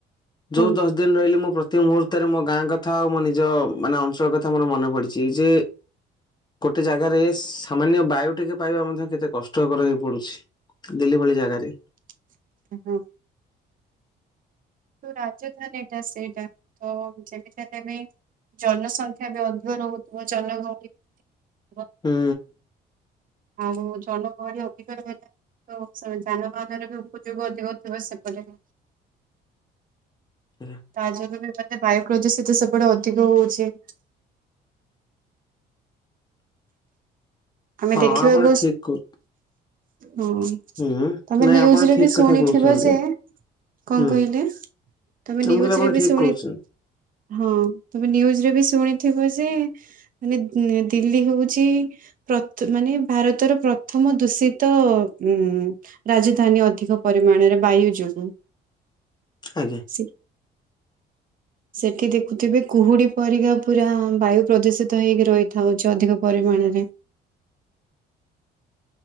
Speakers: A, on the right; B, on the left.
A: ହଁ
B: ଯୋଉ ଦଶ ଦିନ ରହିଲି ମୋ ପ୍ରତିମୁହୂର୍ତ୍ତରେ ମୋ ଗାଁ କଥା ଆଉ ମୋ ନିଜ ମାନେ ଅଞ୍ଚଳ କଥା ମୋର ମନେ ପଡିଚି। ଯେ ଗୋଟେ ଜାଗାରେ ସାମାନ୍ୟ ବାୟୁ ଟିକେ ପାଇବା ମଧ୍ୟ କେତେ କଷ୍ଟକର ହେଇପଡୁଛି। ଦିଲ୍ଲୀ ଭଳି ଜାଗାରେ।
A: <unintelligible> ରାଜଧାନୀ ଏଟା ସେଇଟା ତ ଯେମିତି ହେଲେ ବି ଜନସଂଖ୍ୟା ବି ଅଧିକ ରହୁଥିବ। ଜନଗହଳି <unintelligible>
B: ହୁଁ।
A: ଆଉ ଜନଗହଳି ଅଧିକା ତ ଯାନବାହାନର ବି ଉପଯୋଗ ଅଧିକ ଥିବ ସେପଟେ।
B: <inaudible>
A: ତା ଯୋଗୁଁ ବି ବୋଧେ ବାୟୁ ପ୍ରଦୂଷିତ ସେପଟେ ଅଧିକ ହଉଚି। ଆମେ
B: ହଁ
A: ଦେଖିବାକୁ
B: ଆପଣ ଠିକ କହୁ
A: ହଁ,
B: ହୁଁ
A: ତମେ
B: ନାଇଁ
A: ନିଉଜ
B: ଆପଣ
A: ରେ
B: ଠିକ
A: ବି
B: କଥା
A: ଶୁଣିଥିବ
B: କହୁଛନ୍ତି
A: ଯେ କଣ
B: ହୁଁ
A: କହିଲେ ତମେ ନିଉଜ
B: ମୁଁ କହିଲି ଆପଣ
A: ରେ
B: ଠିକ
A: ବି ଶୁଣି
B: କହୁଛନ୍ତି
A: ହଁ, ତମେ ନିଉଜରେ ବି ଶୁଣିଥିବ ଯେ ମାନେ ଦି ଦିଲ୍ଲୀ ହଉଚି ପ ମାନେ ଭାରତର ପ୍ରଥମ ଦୂଷିତ ଉଁ ରାଜଧାନୀ ଅଧିକ ପରିମାଣରେ ବାୟୁ ଯୋଗୁ।
B: ଆଜ୍ଞା।
A: ସେ ସେଠି ଦେଖୁଥିବେ କୁହୁଡି ପରିକା ପୁରା ବାୟୁ ପ୍ରଦୂଷିତ ହେଇକି ରହିଥାଉଛି। ଅଧିକ ପରିମାଣରେ।